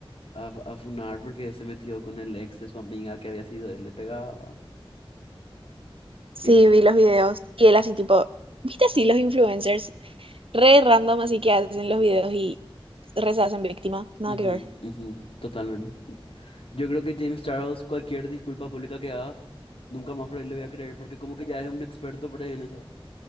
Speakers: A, on the left (about 70°); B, on the right (about 70°).
A: a, a funar porque se metió con el ex de su amiga que había sido, él le pegaba.
B: Sí,
A: Quilombo.
B: vi los videos. Y él así tipo, ¿viste así los influencers? Re random así que hacen los videos y re se hacen víctima. Nada
A: Ujú,
B: que ver.
A: ujú, Totalmente. Yo creo que James Charles, cualquier disculpa pública que haga, nunca más por ahí le voy a creer porque como que ya es un experto por ahí en eso.